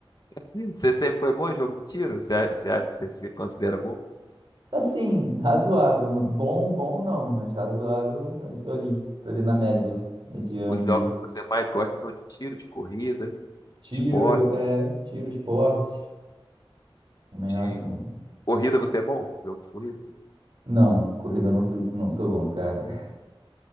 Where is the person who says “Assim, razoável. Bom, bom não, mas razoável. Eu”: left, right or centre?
Right